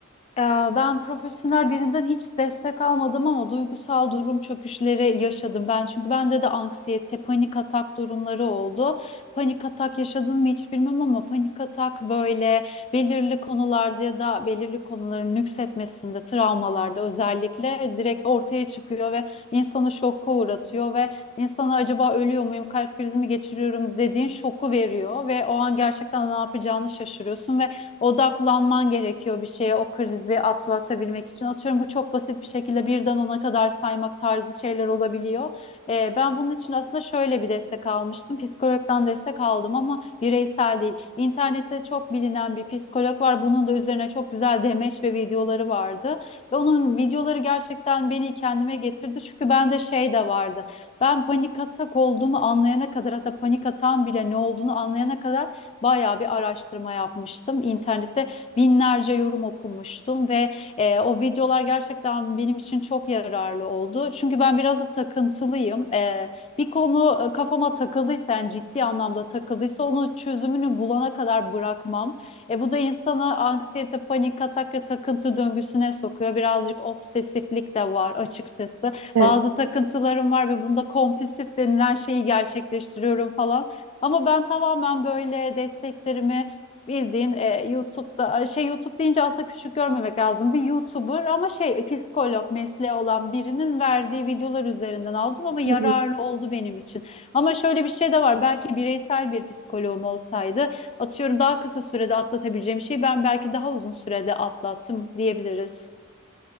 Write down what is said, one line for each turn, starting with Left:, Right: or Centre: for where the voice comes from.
Left: Ee, Ben profesyonel birinden hiç destek almadım ama duygusal durum çöküşleri yaşadım ben. Çünkü bende de anksiyete, panik atak durumları oldu. Panik atak yaşadın mı hiç bilmem ama panik atak böyle belirli konularda ya da belirli konuların nüksetmesinde, travmalarda özellikle direkt ortaya çıkıyor ve insanı şoka uğratıyor ve insana acaba ölüyor muyum, kalp krizi mi geçiriyorum dediğin şoku veriyor ve o an gerçekten ne yapacağını şaşırıyorsun ve odaklanman gerekiyor bir şeye o krizi atlatabilmek için. Atıyorum bu çok basit bir şekilde birden ona kadar saymak tarzı şeyler olabiliyor. Ee, ben bunun için aslında şöyle bir destek almıştım. Psikologdan destek aldım ama bireysel değil. İnternette çok bilinen bir psikolog var. Bunun da üzerine çok güzel demeç ve videoları vardı. Ve onun videoları gerçekten beni kendime getirdi. Çünkü bende şey de vardı. Ben panik atak olduğumu anlayana kadar hatta panik atağın bile ne olduğunu anlayana kadar bayağı bir araştırma yapmıştım. İnternette binlerce yorum okumuştum ve e, o videolar gerçekten benim için çok yararlı oldu. Çünkü ben biraz da takıntılıyım. E, bir konu e, kafama takıldıysa, yani ciddi anlamda takıldıysa onu çözümünü bulana kadar bırakmam. E, bu da insanı anksiyete, panik atak ve takıntı döngüsüne sokuyor. Birazcık obsesiflik de var açıkçası.
Right: Evet.
Left: Bazı takıntılarım var ve bunda kompulsif denilen şeyi gerçekleştiriyorum falan. Ama ben tamamen böyle desteklerimi bildiğin e, YouTube'da şey YouTube deyince aslında küçük görmemek lazım. Bir YouTuber ama şey e, psikolog mesleği olan birinin verdiği videolar üzerinden aldım ama yararlı
Right: Hı hı.
Left: oldu benim için. Ama şöyle bir şey de var. Belki bireysel bir psikoloğum olsaydı atıyorum daha kısa sürede atlatabileceğim şeyi ben belki daha uzun sürede atlattım diyebiliriz.